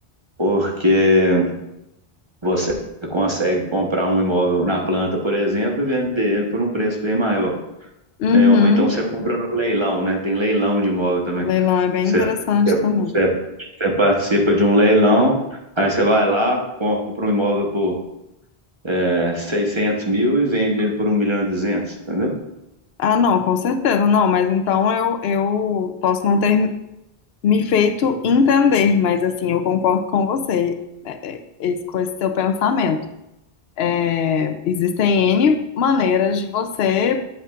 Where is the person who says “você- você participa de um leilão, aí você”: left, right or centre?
Right